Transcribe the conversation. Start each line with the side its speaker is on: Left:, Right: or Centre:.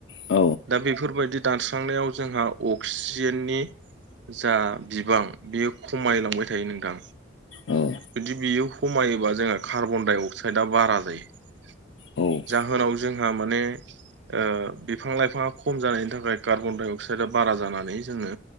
Left: औ
Right: दा बेफोरबायदि दानस्रांनायाव जोंहा अक्सिजेननि जा बिबां बियो खमायलांबाय थायो नोंथां।
Left: औ
Right: जुदि बियो खमायोबा जोंहा कार्बन डाइ अक्साइदआ बारा जायो।
Left: औ
Right: जाहोनाव जोंहा माने ओ बिफां लाइफाङा खम जानायनि थाखाय कार्बन डाइ अक्साइदआ बारा जानानै जोंनो